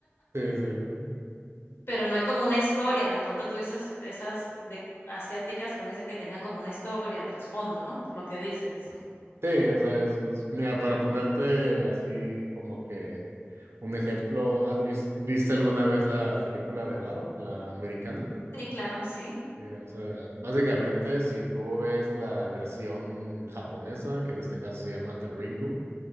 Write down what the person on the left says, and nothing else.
Pero no hay como una historia. De pronto tú dices, esas de asiáticas pueden ser que tengan como una historia de trasfondo, ¿no? Por lo que dices.
Sí, claro, sí.